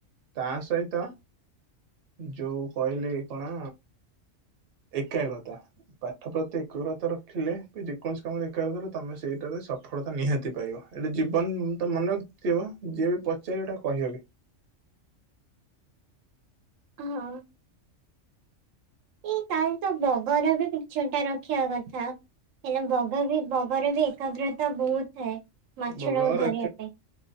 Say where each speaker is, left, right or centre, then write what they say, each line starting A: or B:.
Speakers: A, on the right; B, on the right.
A: ତା ସହିତ ଯୋଉ କହିଲି କଣ ଏକାଗ୍ରତା ପାଠ ପ୍ରତି ଏକାଗ୍ରତା ରଖ ଥିଲେ କି ଯେକୌଣସି କାମରେ ଦେଖିବାକୁ କଲେ ତମେ ସେଇଟାରେ ସଫଳତା ନିହାତି ପାଇବ, ଏଇଟା ଜୀବନ ତ ମନ ତ ଯିଏ ବି ପଚାରିବେ ଗଟା କହି <unintelligible>
B: ହଁ। ଏଇ ତାର ତ ବଗର ବି କିଛଟା ରଖିବା କଥା। ହେଲେ ବଗ ବି ବଗର ବି ଏକାଗ୍ରତା ବହୁତ ଥାଏ। ମାଛଟାକୁ
A: ବଗର
B: ଧରିବା ପାଇଁ